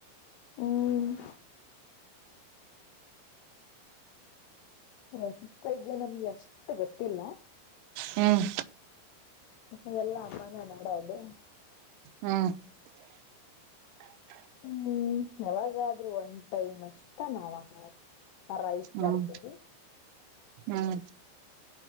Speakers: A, on the left (about 85°); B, on the right (about 85°).
A: ಹ್ಮ್. ರಸಿಪೈಗೆ ನಮ್ಗೆ ಅಷ್ಟು ಗೊತ್ತಿಲ್ಲ.
B: ಹ್ಮ್
A: ವಟ್ಟ ಎಲ್ಲ ಅಮ್ಮಾನೇ ಮಾಡೋದು.
B: ಹ್ಮ್.
A: ಹ್ಮ್ ಯಾವಾಗಾದ್ರೂ ಒನ್ ಟೈಮ್ ಅಷ್ಟ ನಾವ. ಹ ರೈಸ್
B: ಹ್ಮ್
A: ಮಾಡ್ತೀವಿ.
B: ಹ್ಮ್